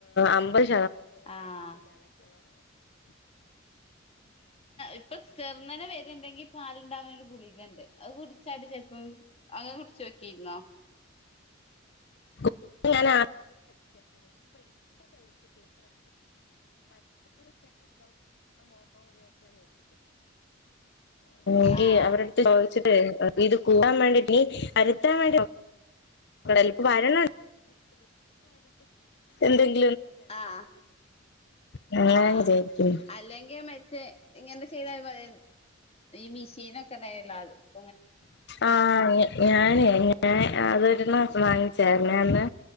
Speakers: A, on the left; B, on the left.
A: അമ്പത് ശ
B: ആഹ് ഇപ്പൊ ചെർന്നനെ വെ ര്ണ്ടെങ്കിൽ പാല്ണ്ടാവുന്ന ഒരു ഗുളിക ഉണ്ട് അത് കുടിച്ചല് ചിലപ്പോ അത് കുടിച്ച് നോക്കിരുന്നോ
A: <unintelligible> <inaudible> വാങ്ങു എങ്കിൽ
B: ആഹ്
A: അവരട്ത്ത് ചോയിച്ച് <unintelligible> ഇത് കൂട്ടാൻ വേണ്ടിട്ട് ഈ <unintelligible> <unintelligible> ഇപ്പവരണ് ണ്ട് <unintelligible>
B: ആഹ്
A: അങ്ങനെ
B: ആഹ്
A: വിചാരിക്കുന്നു
B: അല്ലെങ്കിൽ മറ്റേ ഇങ്ങനെ ചെയ്താല് പോരെ ഈ മിഷീനൊക്കെ ണ്ടായിനല്ലോ ആദ്യം
A: ആഹ് ഞാനേ അത് ഒരു മാസം വാങ്ങിച്ചാരുന്നു അന്ന്